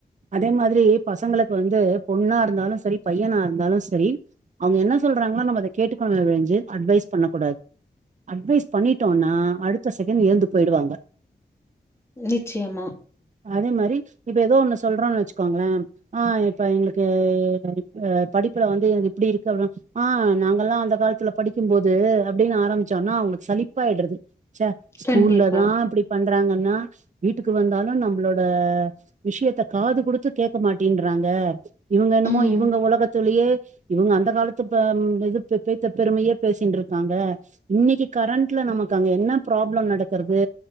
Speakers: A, on the right; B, on the left.
A: அதே மாதிரி பசங்களுக்கு வந்து பொண்ணாருந்தாலு சரி பையனாருந் தாலு சரி அவுங்க என்ன சொல்றாங்களோ நம்ம அத கேட்டுக்கணுமே ஒழிஞ்சு அட்வைஸ் பண்ணக் கூடாது அட்வைஸ் பண்ணிட்டோனா அடுத்த செகண்ட் எழுந்து போயிடுவாங்க
B: நிச்சயமா
A: அதே மாரி இப்ப ஏதோ ஒண்ணு சொல்றோன்னு வச்சுக்கோங்ளே ஆ இப்ப எங்ளுக்கு அ படிப்புல வந்து எனக்கு எப்புடி இருக்கற்தா ஆ நாங்களா அந்த காலத்துல படிக்கும்போது அப்டின் ஆரம்பிச்சோனா அவுங்ளுக்கு சழிப்பாாய்டுறுது ச்ச ஸ்கூலதா
B: கண்டிப்பா.
A: இப்டி பண்றாங்கனா வீட்டுக்கு வந்தாலு நம் நம்ளோட விஷ்யத்த காது குடுத்து கேக்க மாட்டேன்ட்றாங்க இவுங்க என்னமோ
B: ம்.
A: இவுங்க ஒலகத்துலயே இவுங்க அந்த காலத்து ப ம் இது பேத்த பெருமையே பேசின்ட்ருக்காங்க இன்னைக்கு கரண்ட்ல நமக்கு அங்க என்ன பிராப்ளம் நடக்கறது